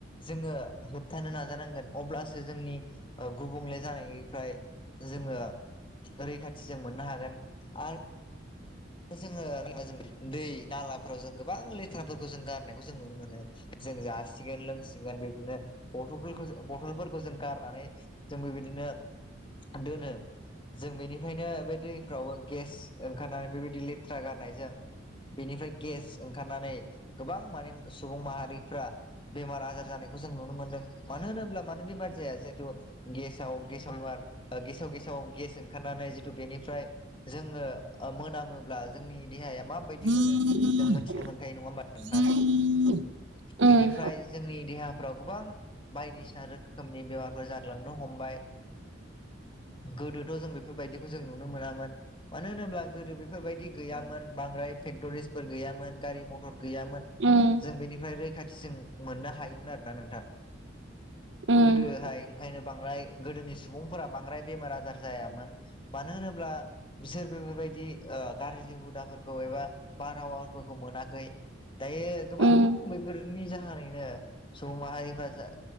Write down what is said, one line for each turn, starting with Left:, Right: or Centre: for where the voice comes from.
Left: जोङो होबथानो नाजानांगोन अब्लासो जोंनि गुबुंले जानायनिफ्राय जोङो रैखाथि जों मोननो हागोन। आरो जोङो ज दै नालाफोराव जों गोबां लेथ्राफोरखौ जों गारनायखौ जों नुनो मोनो। जों जासिगोन लोंसिगोन बिदिनो ब बफोलखो बथलफोरखौ जों गारनानै जोंबो बिदिनो दोनो जों बेनि ओंखायनो बे दैफ्राव गेस ओंखारनानै बेबायदि लेथ्रा गारनायजों बेनिफ्राय गेस ओंखारनानै गोबां माने सुबुं माहारिफ्रा बेमार आजार जानायखौ जों नुनो मोन्दों मान होनोमब्ला मानो बेमार जाया जिहेथु गेसाव गेसाव बेमार गेसाव गेसाव गेस ओंखारनानै जितु बेनिफ्राय जोङो ओ मोनामोब्ला जोंनि देहाया माबायदि
Right: उम
Left: मोनो जों मोनथिनो मोनखायो नङा होमबा नोंथां
Right: उम उम
Left: बेनिफ्राय जोंनि देहा फोराव गोबां बायदिसिना रोखोमनि बेमारफोर जालांनो हमबाय गोदोथ' जों बेफोरबायदिखौ जों नुनो मोनामोन। मानो होनोब्ला गो बेफोरबायदि गैयामोन बांद्राय फेक्ट'रिसफोर गैयामोन गारि मटर गैयामोन
Right: उम
Left: जों बेनिफ्राय रैखाथि जों मोननो हायोमोन आरोना नोंथां।
Right: उम
Left: गोदोहाय ओंखायनो बांद्राय गोदोनि सुबुंफोरा बांद्राय बेमार आजार जायामोन। मानो होनोब्ला बिसोर बेफोरबायदि ओ गाज्रि हुदाफोरखौ एबा बारहावाफोरखौ मोनाखै दायो गोबां
Right: उम
Left: बेैफोरनि जाहोनैनो सुबुं माहारिफ्रा जा